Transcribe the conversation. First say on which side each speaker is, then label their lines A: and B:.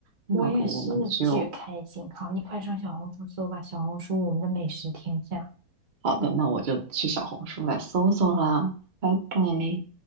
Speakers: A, on the right; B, on the right.
A: 那要不我们就，
B: 我也是巨开心。好，你快上小红书搜吧，小红书我们的美食天下。
A: 好的，那我就去小红书来搜搜啦。拜拜。